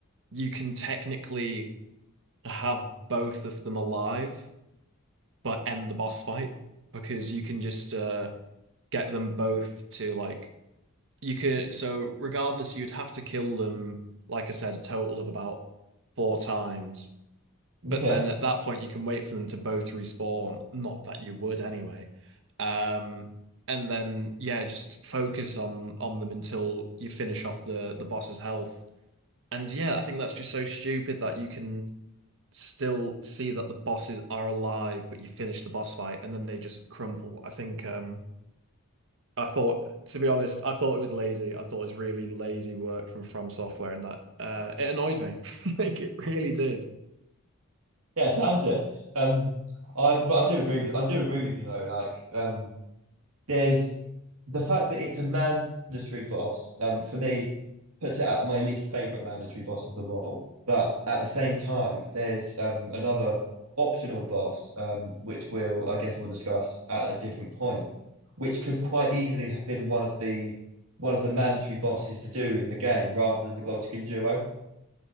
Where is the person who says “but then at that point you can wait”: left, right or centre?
Right